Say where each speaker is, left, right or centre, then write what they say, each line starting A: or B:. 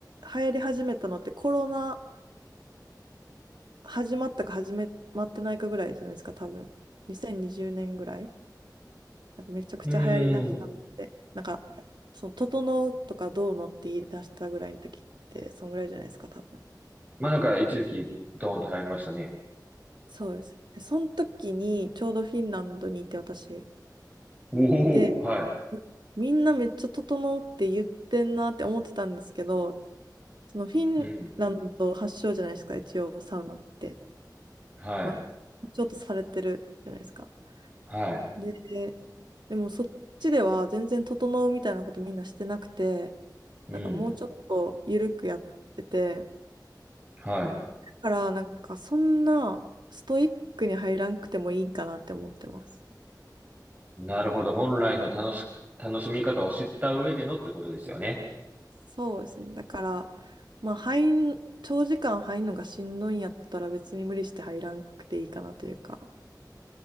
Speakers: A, on the right; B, on the right.
A: 流行り始めたのってコロナ始まったか始めまってないかぐらいじゃないですか多分2020年ぐらいなんかめちゃくちゃ流行りだしたのってなんか
B: うーん。
A: その「整う」とか「どうの」って言い出したぐらいの時ってそんぐらいじゃないですか多分
B: まあ、なんか一時期ドーンと流行りましたね。
A: そうですでその時にちょうどフィンランドにいて私
B: お
A: で
B: お、はい。
A: みんなめっちゃ整って言ってんなって思ってたんですけど、そのフィンランド発祥じゃないですか、
B: うん。
A: 一応サウナって。
B: はい。
A: まあ、ちょっとされてるじゃないですか。
B: はい。
A: で、でもそっちでは全然整うみたいなことみんなしてなくて、
B: うん。
A: なんかもうちょっと緩くやってて、だ
B: はい。
A: からなんかそんなストイックに入らんくてもいいんかなって思ってます。
B: なるほど。本来の楽し、楽しみ方を知った上でのってことですよね。
A: そうですね。だから、まあ、入ん、長時間入るのがしんどいんやったら別に無理して入らんくていいかなというか、